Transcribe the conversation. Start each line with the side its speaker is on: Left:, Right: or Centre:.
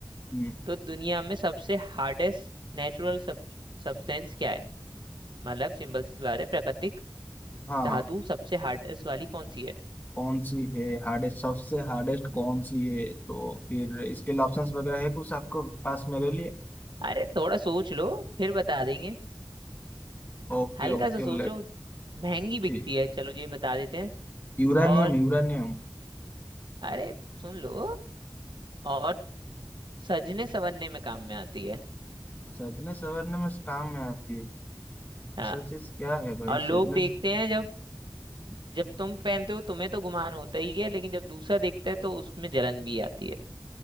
Left: हम्म,
Right: तो दुनिया में सबसे हार्डेस्ट नेचुरल सब्सटेंस क्या है मतलब सिंपल सी बात है प्राकृतिक
Left: हाँ
Right: धातु सबसे हार्डेस्ट वाली कौन सी है
Left: कौन सी है हार्डेस्ट सबसे हार्डेस्ट कौन सी है तो फिर इसके लिए ऑप्शंस वगैरह है कुछ आपके पास मेरे लिए
Right: अरे थोड़ा सोच लो फिर बता देंगे
Left: Okay
Right: हल्का
Left: okay
Right: सा सोचो
Left: late
Right: महंगी
Left: ठीक
Right: बिकती है चलो ये बता देते हैं
Left: Uranium
Right: और
Left: uranium
Right: अरे सुन लो और सजने संवरने में काम में आती है
Left: सजने संवरने में काम में आती है रिसर्चेस
Right: हाँ
Left: क्या है भाई
Right: और लोग
Left: सदमे
Right: देखते
Left: से
Right: हैं जब जब तुम पहनते हो तुम्हें तो गुमान होता ही है लेकिन जब दूसरा देखता है तो उसमें जलन भी आती है